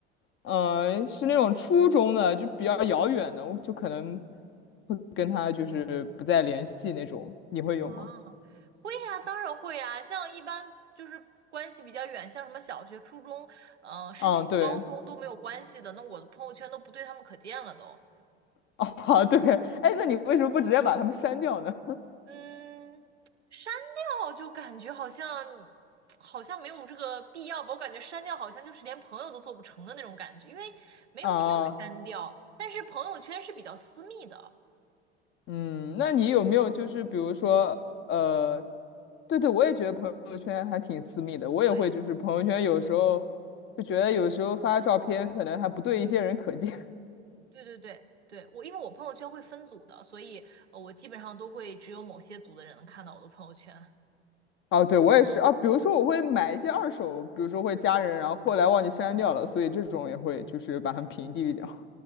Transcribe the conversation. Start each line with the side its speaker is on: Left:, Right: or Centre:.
Left: 呃，是那种初中的，就比较遥远的，我就可能会跟他就是不再联系那种。你会有吗？
Right: 啊，会呀，当然会呀，像一般就是关系比较远，像什么小学、初中，呃，甚至是高中都没有关系的，
Left: 嗯，对，
Right: 那我的朋友圈都不对他们可见了都。
Left: <laughs> 啊，对。哎，那你为什么不直接把他们删掉呢？
Right: 嗯，删掉就感觉好像好像没有这个必要吧，我感觉删掉好像就是连朋友都做不成的那种感觉，因为没有必要删掉。
Left: <laughs> 啊，
Right: 但是朋友圈是比较私密的，
Left: 嗯，那你有没有就是比如说，
Right: 嗯，
Left: 呃，对对，我也觉得朋友圈还挺私密的，我也会就是朋友圈有时候就觉得有时候发照片可能还不对一些人可见。
Right: 对对对对对，我因为我朋友圈会分组的，所以呃我基本上都会只有某些组的人能看到我的朋友圈。
Left: 啊，对，我也是啊。比如说，我会买一些二手，比如说会加人，然后后来忘记删掉了，所以这种也会就是把它们屏蔽掉。